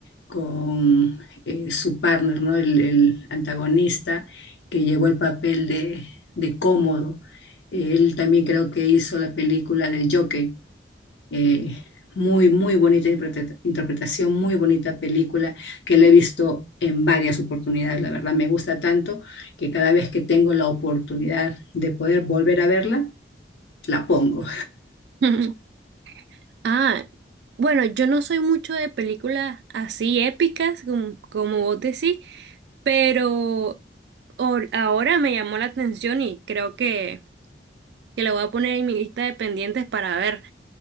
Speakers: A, on the left (about 75°); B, on the right (about 65°).
A: con eh, su partner, ¿no? El, el antagonista que llevó el papel de, de Cómodo. Él también creo que hizo la película del Joker. eh, muy, muy bonita interpreta- interpretación, muy bonita película que la he visto en varias oportunidades. La verdad, me gusta tanto que cada vez que tengo la oportunidad de poder volver a verla, la pongo.
B: <laughs> Ah, bueno, yo no soy mucho de películas así épicas, como, como vos decís, pero or- ahora me llamó la atención y creo que, que la voy a poner en mi lista de pendientes para ver.